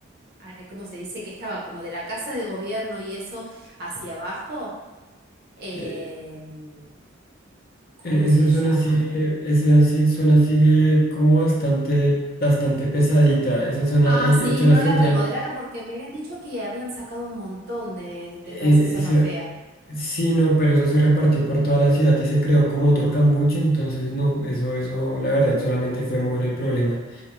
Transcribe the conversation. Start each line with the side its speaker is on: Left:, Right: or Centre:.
Right: ay, ¿cómo se dice? Que estaba como de la casa de gobierno y eso hacia abajo. em,
Left: eh,
Right: ¿cómo
Left: eh, esa
Right: se
Left: zona
Right: llama?
Left: sigue, esa si- zona sigue como bastante, bastante pesadita. Esa zona,
Right: Ah,
Left: hay,
Right: sí,
Left: es zona
Right: no
Left: central
Right: la remodelaron porque me habían dicho que habían sacado un montón de, de
Left: e-
Right: toda esa zona
Left: ese-
Right: fea.
Left: sí, no, pero eso se repartió por toda la ciudad y se creó como otro cambuche, entonces no, eso, eso, la verdad, solamente fue mover el problema.